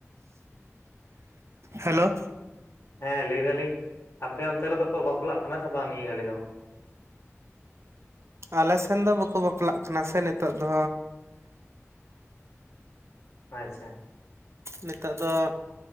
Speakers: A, on the right; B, on the left.
A: ᱦᱮᱞᱳ,
B: ᱦᱮᱸ ᱞᱟᱹᱭ ᱫᱟᱞᱤᱧ ᱟᱯᱮ ᱚᱱᱛᱮ ᱨᱮᱫᱚ ᱠᱚ ᱵᱟᱯᱞᱟᱜ ᱠᱟᱱᱟ ᱥᱮ ᱵᱟᱝ, ᱱᱤᱭᱟᱹ ᱜᱷᱟᱹᱲᱤ ᱫᱚ?
A: ᱟᱞᱮ ᱥᱮᱱ ᱫᱚ ᱵᱟᱠᱚ ᱵᱟᱯᱞᱟᱜ ᱠᱟᱱᱟ ᱥᱮ ᱱᱤᱛᱚᱜ ᱫᱚ᱾
B: ᱟᱪᱷᱟ᱾
A: ᱱᱤᱛᱚᱜ ᱫᱚ